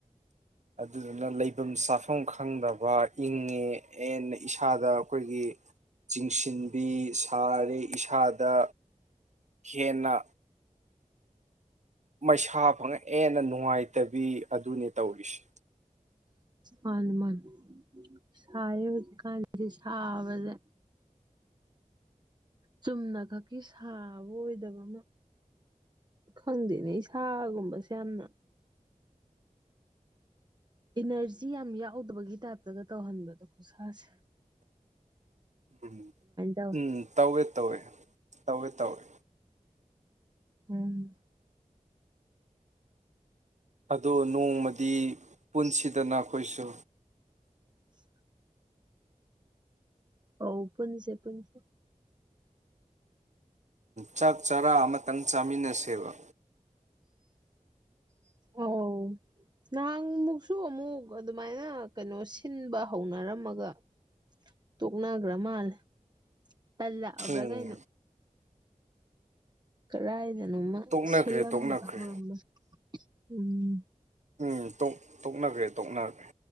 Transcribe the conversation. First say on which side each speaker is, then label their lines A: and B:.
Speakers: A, on the right (about 60°); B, on the right (about 30°).
A: ꯑꯗꯨꯗꯨꯅ ꯂꯩꯕꯝ ꯆꯥꯐꯝ ꯈꯪꯗꯕ ꯏꯪꯉꯦ ꯍꯦꯟꯅ ꯏꯁꯥꯗ ꯑꯩꯈꯣꯏꯒꯤ ꯆꯤꯡꯁꯤꯟꯕꯤ ꯁꯥꯔꯦ ꯏꯁꯥꯗ ꯍꯦꯟꯅ ꯃꯩꯁꯥ ꯐꯪꯉ ꯍꯦꯟꯅ ꯅꯨꯡꯉꯥꯏꯇꯕꯤ ꯑꯗꯨꯅꯤ ꯇꯧꯔꯤꯁꯦ
B: ꯍꯅꯨꯃꯥꯟ ꯁꯥꯔꯦ ꯍꯧꯖꯤꯛꯀꯥꯟꯁꯤ ꯁꯥꯕꯗ ꯆꯨꯝꯅ ꯈꯛꯀꯤ ꯁꯥꯕ ꯑꯣꯏꯗꯕ ꯑꯃ ꯈꯪꯗꯦꯅꯦ ꯏꯁꯥꯒꯨꯝꯕꯁꯦ ꯌꯥꯝꯅ ꯏꯅꯔꯖꯤ ꯌꯥꯝ ꯌꯥꯎꯗꯕꯒꯤ ꯇꯥꯏꯞꯇꯒ ꯇꯧꯍꯟꯕꯗꯣ ꯢꯁꯥꯁꯦ
A: ꯎꯝ
B: ꯇꯧꯋꯦ
A: ꯎꯝ ꯇꯧꯋꯦ ꯇꯧꯋꯦ ꯇꯧꯋꯦ ꯇꯧꯋꯦ
B: ꯎꯝ
A: ꯑꯗꯣ ꯅꯣꯡꯃꯗꯤ ꯄꯨꯟꯁꯤꯗꯅ ꯑꯩꯈꯣꯏꯁꯨ
B: <inaudible> ꯑꯧ ꯄꯨꯟꯁꯦ ꯄꯨꯟꯁꯦ
A: ꯆꯥꯛ ꯆꯥꯔꯥ ꯑꯃꯇꯪ ꯆꯥꯃꯤꯟꯅꯁꯦꯕ
B: ꯑꯧ ꯅꯍꯥꯟ ꯃꯨꯛꯁꯨ ꯑꯃꯨꯛ ꯑꯗꯨꯃꯥꯏꯅ ꯀꯩꯅꯣ ꯁꯤꯟꯕ ꯍꯧꯅꯔꯝꯃꯒ ꯇꯣꯛꯅꯈ꯭ꯔ ꯃꯥꯜꯂꯦ ꯇꯂꯛꯑꯕ꯭ꯔ
A: ꯎꯝ
B: ꯀꯩꯅꯣ ꯀꯔꯥꯢꯗ ꯅꯣꯡꯃ
A: ꯇꯣꯛꯅꯈ꯭ꯔꯦ
B: ꯁꯤꯜꯂꯝꯕ
A: ꯇꯣꯛꯅꯈ꯭ꯔꯦ
B: ꯍꯧꯔꯝꯕ ꯎꯝ
A: ꯎꯝ ꯇꯣꯛ ꯇꯣꯛꯅꯈ꯭ꯔꯦ ꯇꯣꯛꯅꯈ꯭ꯔꯦ